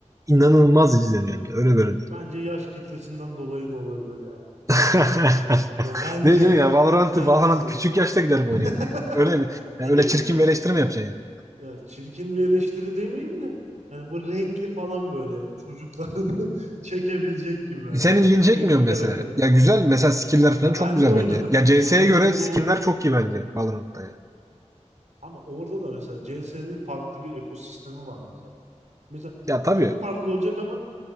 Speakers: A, on the right; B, on the right.
A: İnanılmaz izleniyor yani. Öyle böyle değil.
B: Bence yaş kitlesinden dolayı da olabilir ya.
A: <laughs>
B: bu. Ya bence.
A: ne diyorsun ya? Valorant'ı
B: Bencesi.
A: Valorant küçük yaşta giderim oynuyor
B: <laughs>
A: yani. Öyle mi? Yani
B: Ben
A: öyle
B: ne
A: çirkin
B: bileyim bu?
A: bir eleştiri mi yapacaksın yani?
B: Ya çirkin bir eleştiri demeyeyim de. Yani bu renkli falan böyle çocuklarını <laughs> çekebilecek gibi.
A: Ee, senin ilgini çekmiyor
B: Renkli
A: mesela?
B: karakterler.
A: Ya güzel mesela skill'ler falan
B: Ya
A: çok
B: ben
A: güzel
B: de oynadım.
A: bence. Ya CS'ye
B: Oynadığımız
A: göre skinler
B: oldu.
A: çok iyi bence Valorant'ta yani.
B: Ama orada da mesela CS'nin farklı bir ekosistemi var mesela. Mesela
A: Ya tabii
B: çok farklı olacak ama